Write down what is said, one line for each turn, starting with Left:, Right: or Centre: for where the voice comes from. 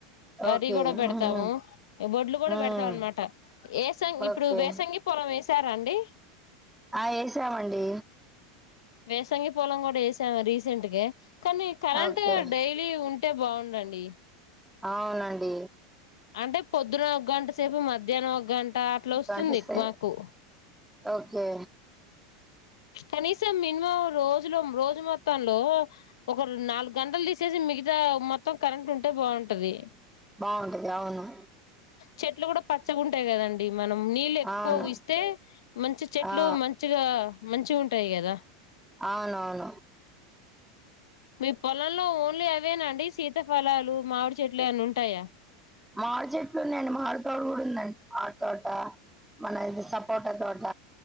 Left: వరి
Centre: ఓకే
Left: కూడా పెడతాము
Centre: ఉహు
Left: వడ్లు కూడా
Centre: ఉమ్
Left: పెడుతాం అనమాట వేసంగి
Centre: ఓకే
Left: ఇప్పుడు వేసంగి పొలం వేస్ సారా అండి
Centre: ఆ వేసామండి
Left: వేసంగి పొలం కూడా వేసాము రీసెంట్గా కానీ కరెంట్
Centre: ఓకే
Left: డైలీ ఉం టే బాగుండండి
Centre: అవునండి
Left: అంటే పొద్దున ఒక గంట సేపు మధ్యాహ్నం ఒక గంట అట్లా వస్తుంది
Centre: గంటిస్తే
Left: మాకు
Centre: ఓకే
Left: కనీసం మినిమం రోజులు రోజు మొత్తంలో ఒక నాలుగు గంటలు తీసేసి మిగతా మొత్తం కరెంట్ ఉంటే బాగుంటది
Centre: బాగుంటది అవును
Left: చెట్లు కూడా పచ్చగాంటాయి కదండి మనం నీళ్ళ ఎక్కువ
Centre: అవును
Left: ఇస్తే మంచి చెట్లు
Centre: ఆ
Left: మంచిగా మంచిగా ఉంటాయి కదా
Centre: అవునవును
Left: మీ పొలంలో ఓన్లీ అవేనాండి సీతఫలాలు మామిడి చెట్లు ఎవన ఉంటాయా
Centre: మామిడి చెట్లు ఉన్నాండి మామిడి తోట కూడా ఉందండి మామిడి తోట మన ఇది సపోర్ట తోట